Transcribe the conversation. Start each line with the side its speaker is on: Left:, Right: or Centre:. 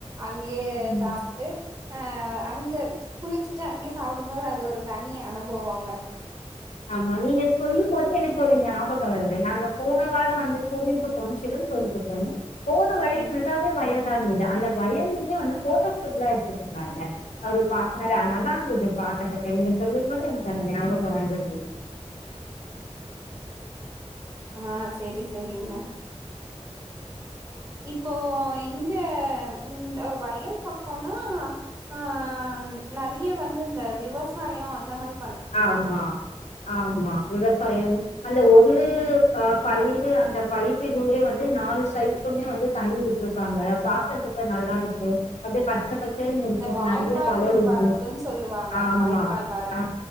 Right: அங்யே
Left: ம்
Right: சாப்ட்டு அ அங்க குளிச்சுட்டு அங்யே சாப்டும் போது அது ஒரு தனி அனுபவங்க
Left: ஆமா நீங்க சொல்லும் போது எனக்கு ஒரு ஞாபகோ வருது நாங்க போன வாரோ வந்து கோவில்க்கு போனோ சிவன் கோவிலுக்கு போனோ போற வழி
Right: ம்
Left: ஃபுல்லாவே வயல்தா இருந்துது அந்த வயலுமே வந்து போட்டோ ஷூட்லா எடுத்துட்ருந்தாங்க அவரு பாக்குறாரு அதுனாலதா இது பாக்கறதுக்கு இவுங்க சொல்லும் போது எனக்கந்த ஞாபக வந்து
Right: ஆ சேரி சேரிங்க இப்போ இங்க இந்த வயல் பக்கோன்னா ஆ நெறைய வந்து இந்த விவசாயோ அந்த மாய்
Left: ஆமா ஆமா விவசாயம்
Right: ம்.
Left: அந்த ஒரு அ பயிரு அந்த பைப்பு இதுலே வந்து நாலு சைட்டுக்குமே வந்து தண்ணி விட்ருப்பாங்க பா க்கத்துக்கு நல்லாருக்கு அப்டியே க பச்ச பசேல்லனு இருக்கு
Right: இந்த வாய்க்கால்
Left: நெறய வளரும்
Right: வரப்புன்னு சொல்லுவாங்க
Left: ஆமா
Right: வாய்க்கால் வரப்
Left: ஆ